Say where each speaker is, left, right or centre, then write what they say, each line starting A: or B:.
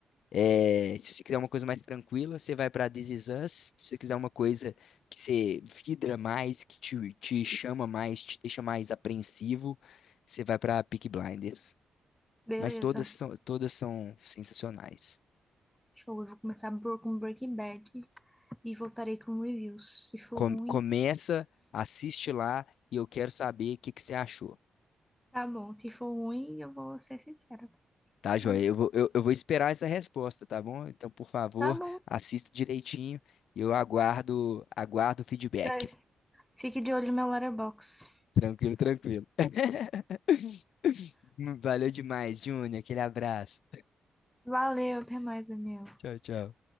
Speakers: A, on the left; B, in the centre.
A: É, se você quiser uma coisa mais tranquila, você vai para This Is Us. Se você quiser uma coisa que você vidra mais, que te, te chama mais, te deixa mais apreensivo, você vai para Peaky Blinders.
B: Beleza.
A: Mas todas são, todas são sensacionais.
B: Show. Eu vou começar por- com Breaking Bad e voltarei com reviews. Se for
A: Com-
B: ruim,
A: começa, assiste lá e eu quero saber o que que você achou.
B: tá bom. Se for ruim, eu vou ser sincera.
A: Tá, joia?
B: Mas
A: Eu vou, eu, eu vou esperar essa resposta, tá bom? Então, por favor,
B: tá bom.
A: assista direitinho e eu aguardo, aguardo o feedback.
B: Mas Fique de olho no meu letterbox.
A: Tranquilo, tranquilo. <laughs> Valeu demais, Júnior. Aquele abraço.
B: Valeu, até mais, Daniel.
A: Tchau, tchau.